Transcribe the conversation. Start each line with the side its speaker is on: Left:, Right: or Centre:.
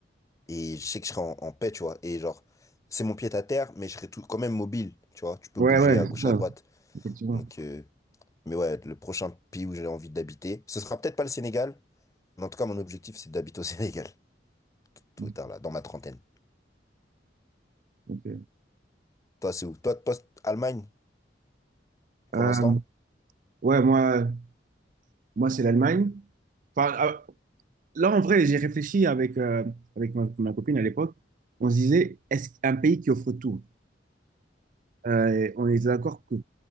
Left: Et je sais que je serai en, en paix, tu vois. Et genre, c'est mon pied à terre, mais je serai tout, quand même mobile, tu vois. Tu peux
Right: Ouais,
Left: bouger
Right: ouais,
Left: à gauche,
Right: c'est ça,
Left: à droite.
Right: effectivement.
Left: Donc, euh, mais ouais, le prochain pays où j'ai envie d'habiter, ce sera peut-être pas le Sénégal, mais en tout cas, mon objectif, c'est d'habiter au <laughs> Sénégal, tout
Right: Mhm.
Left: tard là, dans ma trentaine.
Right: Ok.
Left: Toi, c'est où? Toi, toi, c'est Allemagne, pour
Right: Euh,
Left: l'instant?
Right: ouais, moi, moi c'est l'Allemagne. Enfin, ah, Là, en vrai, j'ai réfléchi avec, euh, avec ma, ma copine à l'époque. On se disait, est-ce qu'un pays qui offre tout? Euh, on était d'accord que